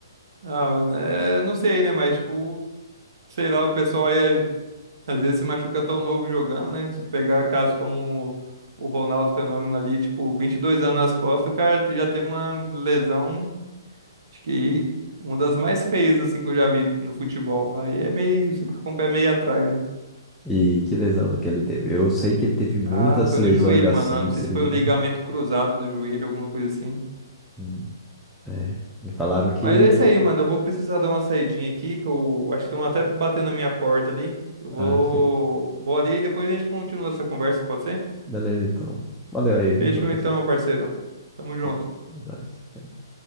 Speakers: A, on the right (about 65°); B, in the centre.
A: Ah, mano, é, não sei, né? Mas, tipo, sei lá, o pessoal aí a- às vezes se machuca tão novo jogando, né? Se pegar caso como o Ronaldo Fenômeno ali, tipo, 22 anos nas costas, o cara já teve uma lesão, acho que uma das mais feias, assim, que eu já vi no futebol. Aí é meio, você fica com o pé meio atrás, né?
B: E que lesão que ele teve. Eu sei que ele teve muitas
A: Ah, foi
B: lesões
A: no joelho,
B: assim,
A: mano. Eu não sei
B: cirurgia.
A: se foi o ligamento cruzado do joelho, alguma coisa assim.
B: Hum, é. Me falaram que.
A: Mas é isso aí, mano. Eu vou precisar dar uma saidinha aqui, que eu acho que estão até batendo na minha porta ali. Eu
B: Ah,
A: vou,
B: sim.
A: vou ali e depois a gente continua essa conversa, pode ser?
B: Beleza, então. Valeu aí, viu,
A: Fechou
B: meu parceiro?
A: então, meu parceiro. Tamo junto.
B: É, é nóis. Tchau.